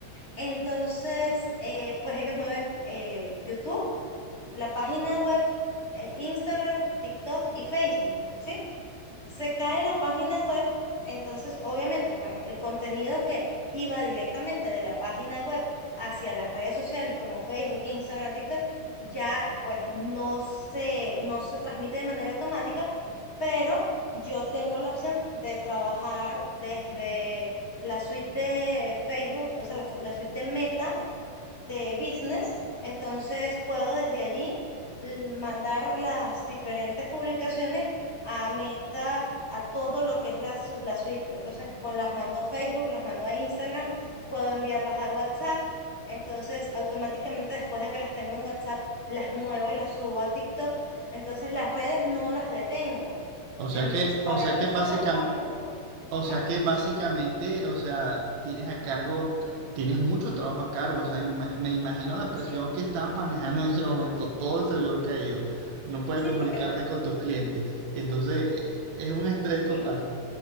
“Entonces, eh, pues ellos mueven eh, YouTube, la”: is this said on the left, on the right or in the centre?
Left